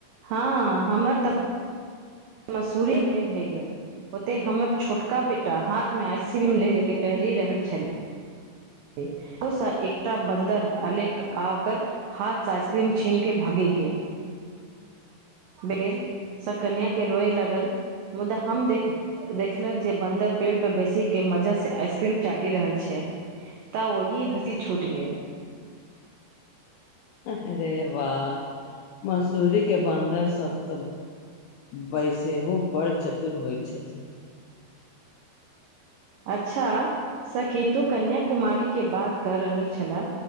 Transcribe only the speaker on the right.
हां हमर त मसूरी मे भए गेल। ओतय हमर छोटका बेटा हाथ मे आइसक्रीम ले लेके टहलि रहल छले कतौ सा एकटा बन्दर अलेक आ ओकर हाथ स आइसक्रीम छीन के भगी गेल। ब गेलसँ कनियाकेँ रोय लागल मुदा हम देख देखलक जे बन्दर पेड़पे बेसीके मजासँ आइसक्रीम चाटि रहल छै। तऽ ओहि हँसी छूट गेल।
अच्छा सखी तु कन्या कुमारी के बात कर रहल छल